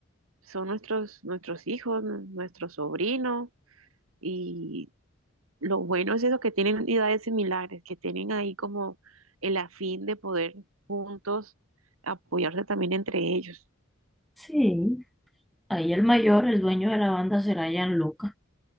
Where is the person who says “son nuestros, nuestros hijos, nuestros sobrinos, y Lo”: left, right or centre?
Right